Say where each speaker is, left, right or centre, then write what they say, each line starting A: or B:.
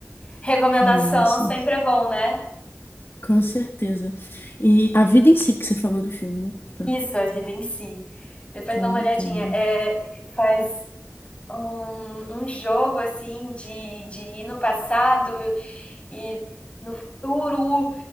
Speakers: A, on the left (about 25°); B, on the left (about 55°).
A: recomendação
B: Massa,
A: sempre é bom, né?
B: com certeza. E a vida em si que você falou do filme, né? Tá,
A: Isso, a vida em si. Depois
B: tô
A: dá
B: anotando.
A: uma olhadinha. É, faz um, um jogo assim de, de ir no passado e no futuro